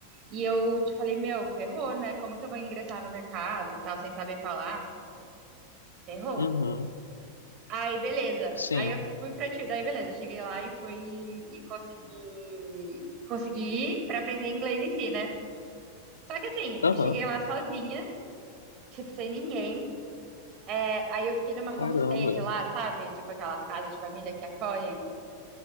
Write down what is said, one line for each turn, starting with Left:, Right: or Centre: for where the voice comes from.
Right: E eu te falei, meu, ferrou, né? Como que eu vou ingressar no mercado e tal, sem saber falar? Ferrou.
Left: Uhum.
Right: Aí, beleza.
Left: Sim.
Right: Aí eu fui pra ti. Daí, beleza. Cheguei lá e fui e consegui, consegui ir pra aprender inglês em si, né? Só que assim,
Left: Aham.
Right: eu cheguei lá sozinha, tipo, sem ninguém. É, aí eu fiquei numa
Left: Caramba.
Right: homestay de lá, sabe? Tipo aquelas casas de família que acolhem.